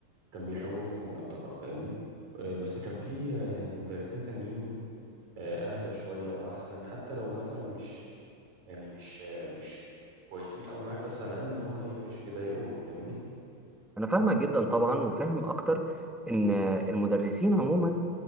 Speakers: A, on the right; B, in the centre.
A: كان بيخوفهم يعتبر فاهمني آه، بس كان في آه، يعني مدرسين تانيين آه، اهدى شويه واحسن حتى لو مثلا مش يعني مش آه، مش كويسين قوي معاك بس على الاقل اللي هم ايه مش بيضايقوك فاهمني
B: أنا فاهمك جدا طبعا وفاهم أكتر إن المدرسين عموما